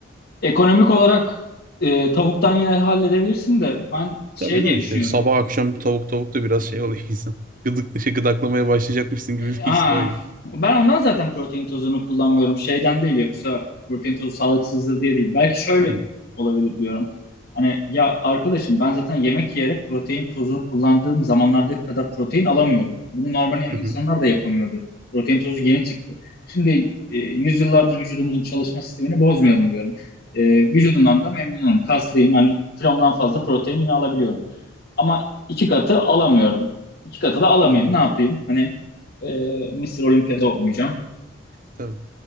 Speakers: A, on the left; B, on the right.
A: Ekonomik olarak e, tavuktan yine halledebilirsin de ben şey
B: Tabii
A: diye
B: değil mi?
A: düşünüyorum.
B: İşte sabah akşam tavuk tavuk da biraz şey oluyor <laughs> insan. Gıdık, şey, gıdaklamaya başlayacakmışsın gibi
A: Ee,
B: bir
A: Aa,
B: his de oluyor.
A: ben ondan zaten protein tozunu kullanmıyorum. Şeyden değil yoksa protein tozu sağlıksızdır diye değil. Belki şöyle
B: Ha.
A: olabilir diyorum. Hani ya arkadaşım ben zaten yemek yiyerek protein tozunu kullandığım zamanlardaki kadar protein alamıyorum. Bunu normal insanlar
B: Hı hı.
A: da yapamıyordu. Protein tozu yeni çıktı. Şimdi e, yüzyıllardır vücudumuzun çalışma sistemini bozmayalım diyorum. E, vücudumdan da memnunum. Kaslıyım. Hani kilomdan fazla protein yine alabiliyorum. Ama iki katı alamıyorum. İki katı da alamayayım.
B: Hı.
A: Ne yapayım? Hani ee, Mısır Olimpiyada olmayacağım.
B: Tabii.